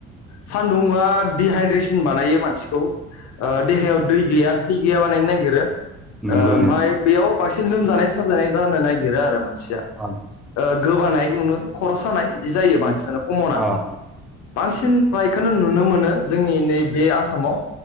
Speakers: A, on the left; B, in the centre.
A: सानदुंङा डिहाइद्रेसन बानायो मानसिखौ ओ
B: अ
A: देहायाव दै गैया थै गैया बानायनो नागिरो ओ
B: नंगौ
A: ओमफाय
B: नंगौ
A: बेयाव बांसिन लोमजानाय साजानाय जानो ना गिरो आरो मानसिया
B: अ
A: ओ गोबानाय यावनो खर' सानाय इदि जायो बांसिनानो कमना
B: अ
A: बांसिन फ्रायखोनो नुनो मोनो जोंनि नैबे आसा माव